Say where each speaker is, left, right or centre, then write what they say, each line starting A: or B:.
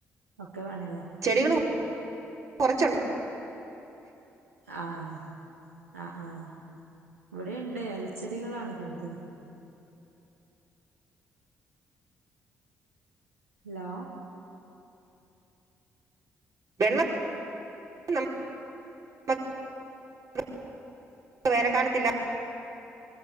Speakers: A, on the right (about 80°); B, on the right (about 45°).
A: ഒക്കെ വേണല്ലോ
B: ചെടികളും കൊറച്ചുണ്ട്
A: ആഹ് ആഹ് ആഹ് ഇവിടെണ്ട് ഇലച്ചെടികളാണ് കൂടുതലും ഹലോ
B: വെള്ളം നം മക് <unintelligible> വേനക്കാലത്തില്ല